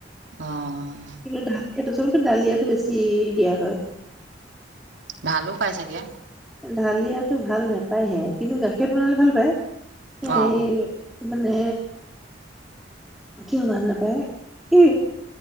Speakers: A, on the right (about 80°); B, in the centre.
A: অ'।
B: কিন্তু <unintelligible> চবতকে দালিয়াটো বেছি দিয়া হয়।
A: ভালো পায় চাগে।
B: দালিয়াটো ভাল নাপায়হে কিন্তু গাখীৰেৰে বনালে ভাল পায়। এ
A: অ
B: মানে কিয় ভাল নাপায়? <unintelligible>